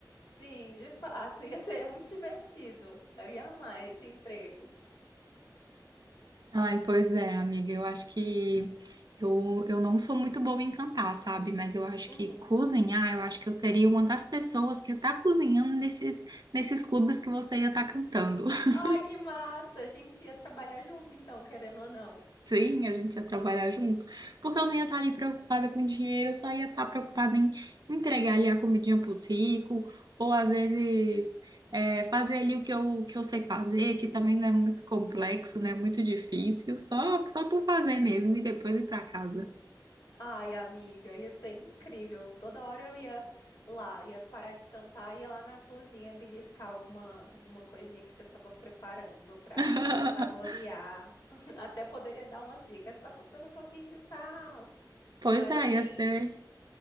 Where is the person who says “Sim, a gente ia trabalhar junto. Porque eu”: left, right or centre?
Right